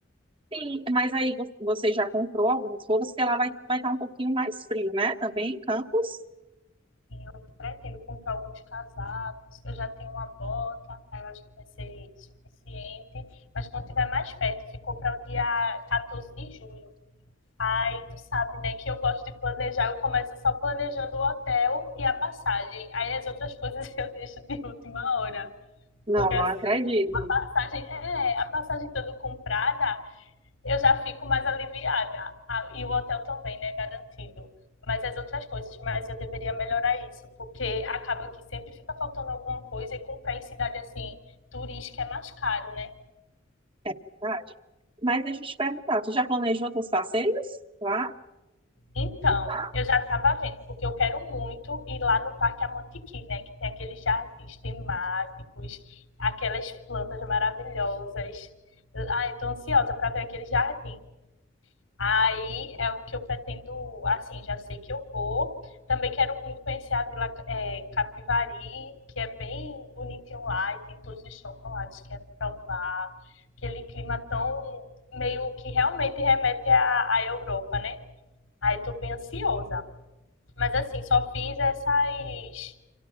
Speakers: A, on the right; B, on the left.
A: Sim, mas aí vo- você já comprou algumas roupas que ela vai vai estar um pouquinho mais frio, né? Também em Campos?
B: Sim, Eu pretendo comprar alguns casacos, eu já tenho uma bota, aí eu acho que vai ser suficiente. Mas quando tiver mais perto, ficou para o dia 14 de julho. Aí tu sabe, né, que eu gosto de planejar, eu começo só planejando o hotel e a passagem. Aí as outras coisas <laughs> eu deixo de última hora.
A: Não,
B: Porque
A: não
B: assim,
A: acredito.
B: a passagem, é, a passagem estando comprada, eu já fico mais aliviada. Ah, E o hotel também, né, garantido. Mas as outras coisas, mas eu deveria melhorar isso, porque acaba que sempre fica faltando alguma coisa e comprar em cidade assim, turística é mais caro, né?
A: É Verdade. Mas deixa eu te perguntar, tu já planejou teus passeios? Claro.
B: Então,
A: tá?
B: eu já estava vendo, porque eu quero muito ir lá no Parque Amantiqui, né? Que tem aqueles jardins temáticos, aquelas plantas maravilhosas. Ah, eu tô ansiosa para ver aquele jardim. Aí é o que eu pretendo, assim, já sei que eu vou. Também quero muito conhecer a Vila eh, Capivari, que é bem bonitinho lá e tem todos os chocolates que quero provar. Aquele clima tão meio que realmente remete à, à Europa, né? Aí tô bem ansiosa. Mas assim, só fiz essas,